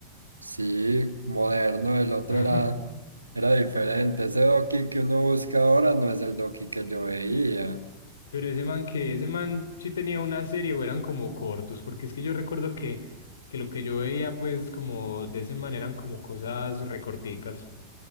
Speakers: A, on the right; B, on the left.
A: Sí, moderno, el otro
B: <laughs>
A: era, era diferente. Ese Doki que uno busca ahora no es el Doki que yo veía.
B: Pero ese man que, ese man sí tenía una serie o eran como cortos, porque es que yo recuerdo que, que lo que yo veía pues como de ese man eran como cosas recorticas.